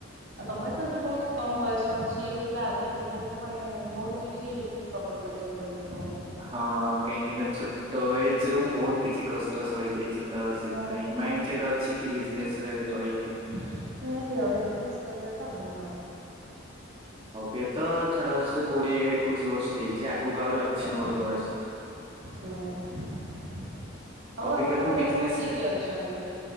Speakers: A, on the right; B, on the right.
A: ଆଉ ତମେ ତ ଏବେ ବହୁତ କମ ବୟସ ଅଛିବେ ଆଗକୁ ବହୁତ ମାନେ ବହୁତ କିଛି ଷ୍ଟ୍ରଗଲ କରିବାକୁ ପଡ଼ିବ ତୁମକୁ।
B: ହଁ କାହିଁକି ନା ଛୋଟ ଏଜ ରୁ ବହୁତ କିଛି କଷ୍ଟ ସହିଯାଇଛି ତ ସେଥିପାଇଁ
A: ଓ
B: ମାଇଣ୍ଡ ସେଟ ଅଛି କି ବିଜନେସରେ ରହିବା ପାଇଁ।
A: ନିହାତି ଘରେ ବିଜନେସ୍ କରିବା ତ ଭଲ।
B: ବ ତ ଛାଡାସ କୋଡିଏ ଏକୋଇଶି ବର୍ଷ ହେଇଛି ଆଗକୁ ଆହୁରି ଅଛି
A: ଆଜ୍ଞା
B: ମୋର ବୟସ।
A: ହୁଁ ଆଉ
B: ଅବିକାଠୁ
A: ଆପଣଙ୍କ ଘରେ
B: ବିଜନେସ
A: ସବୁ କିଏ
B: ରେ
A: କିଏ ଅଛନ୍ତି?